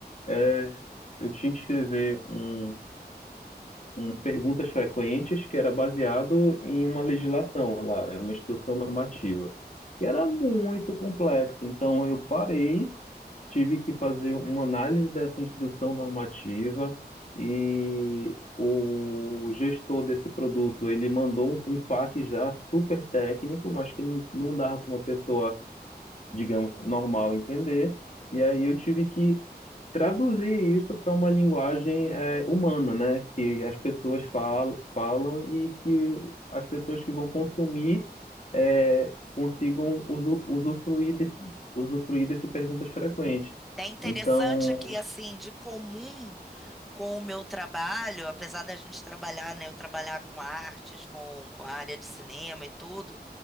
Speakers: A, on the left; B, in the centre.
A: eh, eu tinha que escrever um, um perguntas frequentes que era baseado em uma legislação lá, né, uma instrução normativa, que era muito complexo. Então eu parei tive que fazer uma análise dessa instrução normativa e o gestor desse produto, ele mandou um FAQ já super técnico, mas que não dava para uma pessoa, digamos, normal entender. E aí eu tive que traduzir isso para uma linguagem é, humana, né? Que as pessoas falam, falam e que as pessoas que vão consumir é, consigam usu- usufruir desse, usufruir desse perguntas frequentes.
B: É interessante
A: Então,
B: que, assim, de comum com o meu trabalho, apesar da gente trabalhar, né? Eu trabalhar com artes, com, com a área de cinema e tudo,